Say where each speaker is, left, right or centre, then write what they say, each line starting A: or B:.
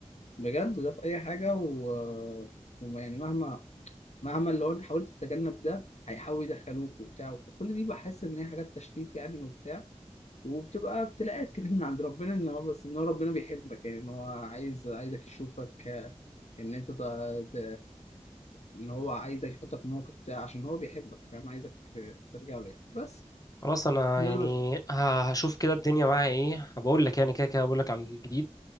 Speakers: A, on the left (about 75°); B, on the left (about 30°).
A: بجد ده في اي حاجه و... ويعني مهما مهما لو انت حاولت تتجنب ده هيحاول يدخلوك وبتاع كل دي بحس ان هي حاجات تشتيت يعني وبتاع وبتبقى ابتلاءات كده من عند ربنا ان هو بس ان هو ربنا بيحبك يعني ان هو عايز عايزك يشوفك آه، ان انت ت... ت... ان هو عايزك يحطك في موقف بتاع عشان هو بيحبك فاهم عايزك آه، ترجع له يعني بس
B: خلاص انا
A: ده
B: يعني
A: اللي بس
B: ه- هشوف كده الدنيا معايا ايه بقول لك يعني كده كده بقول لك على الجديد